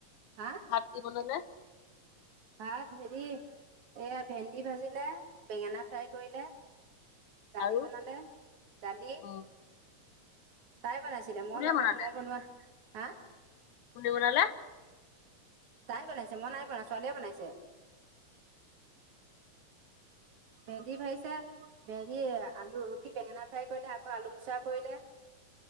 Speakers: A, on the right; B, on the left.
A: হা
B: ভাত কি বনালে?
A: ভাত হেৰি এয়া ভেন্দি ভাজিলে, বেঙেনা ফ্ৰাই কৰিলে। দালি
B: আৰু
A: বনালে, দালি
B: অ'
A: তাই বনাইছিলে। মই
B: কোনে
A: নব
B: বনালে
A: মই বনোৱা, হা?
B: কি বনালে?
A: তাই বনাইছে, মই নাই বনোৱা। ছোৱালীয়ে বনাইছে। ভেন্দি ভাজিছে, ভেন্দ আলু কি বেঙেনা ফ্ৰাই কৰিলে, আকৌ আলু মোচা কৰিলে। <inaudible>